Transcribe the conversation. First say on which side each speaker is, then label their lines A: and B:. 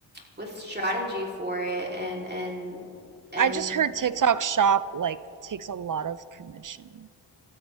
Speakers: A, on the right; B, on the right.
A: with strategy for it and and and
B: I just heard TikTok Shop like takes a lot of commission.